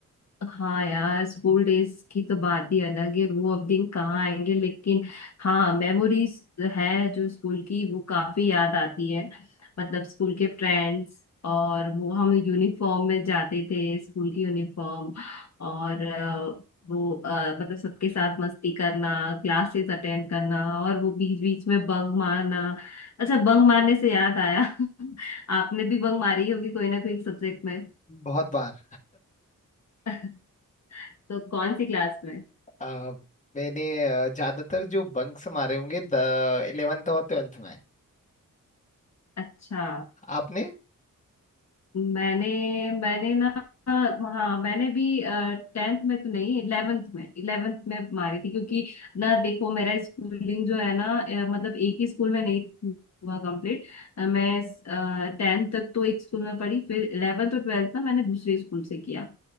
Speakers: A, on the left (about 55°); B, on the left (about 20°).
A: हाँ यार स्कूल डेज की तो बात ही अलग है वो अब दिन कहाँ आएंगे लेकिन हाँ मेमोरीज है जो स्कूल की वो काफी याद आती है मतलब स्कूल के फ्रेंड्स और वो हम यूनिफॉर्म में जाते थे स्कूल की यूनिफॉर्म और अ, वो अ, मतलब सबके साथ मस्ती करना क्लासेस अटेंड करना और वो बीच बीच में बंक मारना अच्छा बंक मारने से याद आया <laughs> आपने भी बंक मारी होगी कोई ना कोई सब्जेक्ट में
B: बहुत बार
A: <laughs> तो कौन सी क्लास में
B: आ, मैंने आ, ज्यादातर जो बंक्स मारे होंगे द इलेवेंथ और ट्वेल्थ में
A: अच्छा
B: आपने
A: मैंने मैंने ना हाँ मैंने भी टेंथ में तो नहीं इलेवेंथ में इलेवेंथ में मारी थी क्योंकि ना देखो मेरा स्कूलिंग जो है ना अ, मतलब एक ही स्कूल में नहीं हुआ कंप्लीट मैं टेंथ तक तो एक स्कूल में पढ़ी फिर इलेवेंथ और ट्वेल्थ ना मैंने दूसरे स्कूल से किया